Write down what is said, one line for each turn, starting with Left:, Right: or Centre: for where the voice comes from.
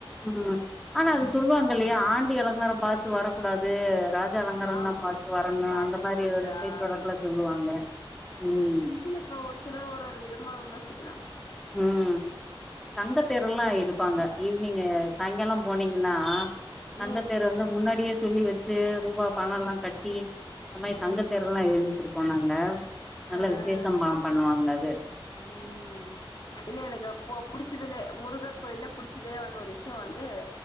Centre: ம் ஆனா அது சொல்வாங்கில்லயா ஆண்டி அலங்காரோ பாத்து வரக்கூடாது ரா ஜ அலங்கரந்தா
Left: ஆமா
Centre: பாத்து வரணு
Left: பாக்கணுன்ட்டு
Centre: அந்த மாரி ஒரு பேச்சு
Left: ஆமா
Centre: வழக்குல சொல்லுவாங்க ம்
Left: இப்போ ஒரு சிலர் ஒரு ஒரு விதமா விமர்சிக்கறாங்க
Centre: ம் தங்க தேரெல்லா இழுப்பாங்க ஈவ்னிங்கு சாய்ங்காலோ போனீங்கன்னா தங்கத்தேர
Left: ம்
Centre: வந்து முன்னாடியே சொல்லி வெச் சு ரூபா பணோலா கட்டி இந்த மாரி தங்கத்தேரெல்லா
Left: ம்
Centre: இழுத்துருக்கோ நாங்க நல்ல
Left: ஆ
Centre: விசேஷமா
Left: ஆ
Centre: பண்வாங்க அது
Left: ம் இல்ல எனக்கு போ புடிச்சதுலே முருகர் கோயில்ல புடிச்சதே வந்து ஒரு விஷ்யோ வந்து